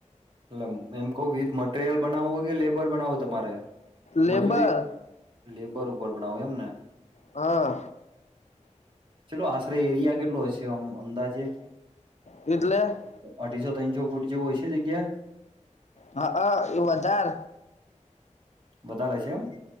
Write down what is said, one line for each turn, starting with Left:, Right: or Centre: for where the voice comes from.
Right: એટલે એમ કહુ વિથ મટેરિયલ બનાવવું હોય કે લેબર બનાવવું તમારે
Left: લેબર
Right: મજૂરી. લેબર ઉપર બનાવો એમને.
Left: હા.
Right: ચલો આશરે એરિયા કેટલો હશે આમ અંદાજે.
Left: એટલે.
Right: અઢીસો તનસો ફૂટ જેવું હશે જગ્યા.
Left: હા આ ઇ વધાર
Right: વધારે છે એમ